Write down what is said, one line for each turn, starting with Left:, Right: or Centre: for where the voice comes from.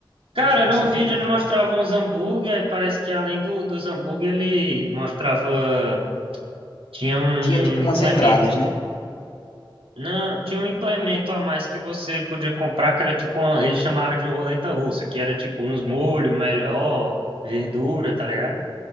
Left: Oxe,
Right: Cara,
Left: com
Right: era
Left: certeza.
Right: um vídeo, ele mostrava uns hambúrguer, aí parece que além do, dos hambúrguer, ele mostrava. Tinha um
Left: Tinha tipo
Right: um
Left: umas
Right: implemento
Left: entradas, né?
Right: Não, tinha um implemento a mais que você podia comprar, que era tipo, uma, ele chamava de roleta russa, que era tipo uns molhos melhor, verdura, tá ligado?